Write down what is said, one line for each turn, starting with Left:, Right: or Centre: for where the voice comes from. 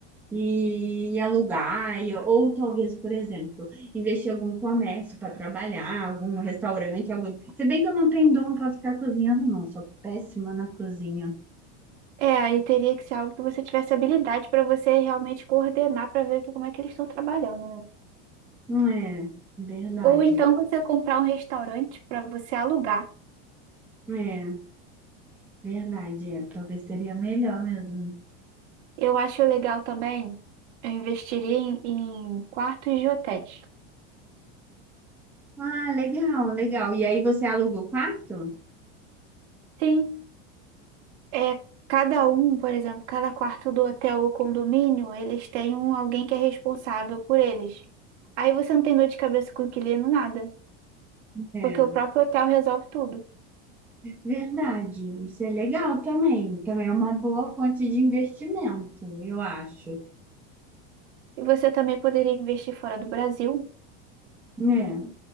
Centre: e alugar, e- ou talvez, por exemplo, investir em algum comércio para trabalhar, algum restaurante, algo. Se bem que eu não tenho dom para ficar cozinhando, não, sou péssima na cozinha.
Right: É, aí teria que ser algo que você tivesse habilidade para você realmente coordenar para ver que, como é que eles estão trabalhando, né?
Centre: Não É, verdade.
Right: Ou então você comprar um restaurante para você alugar.
Centre: É, verdade, é. Talvez seria melhor mesmo.
Right: Eu acho legal também, eu investiria em, em quartos de hotéis.
Centre: Ah, legal, legal. E aí você aluga o quarto?
Right: Sim. É, cada um, por exemplo, cada quarto do hotel ou condomínio, eles têm um, alguém que é responsável por eles. Aí você não tem dor de cabeça com o inquilino, nada,
Centre: É,
Right: porque o próprio hotel resolve tudo.
Centre: verdade. Isso é legal também. Também é uma boa fonte de investimento, eu acho.
Right: E você também poderia investir fora do Brasil.
Centre: É.